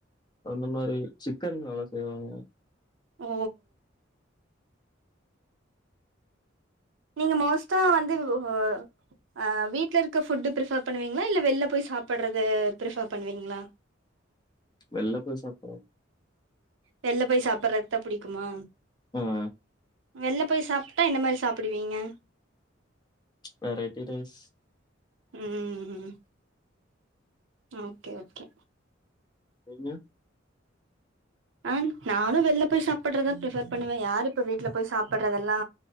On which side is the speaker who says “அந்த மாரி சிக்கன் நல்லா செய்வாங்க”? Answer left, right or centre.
Left